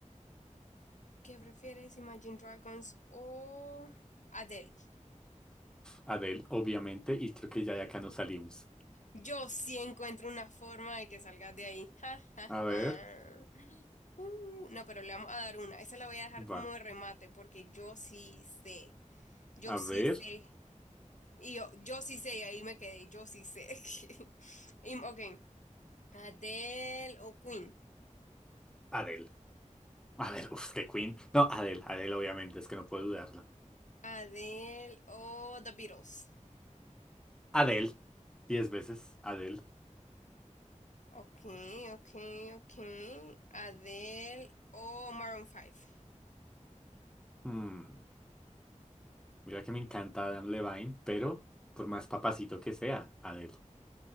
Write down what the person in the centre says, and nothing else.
Adele, obviamente, y creo que ya de acá nos salimos.
A
ver,
va.
A
ver,
Adele. A ver, uf, que Queen. No, Adele, Adele, obviamente, es que no puedo dudarlo.
Adele, diez veces, Adele.
Mm, mira que me encanta Adam Levine, pero por más papacito que sea, Adele.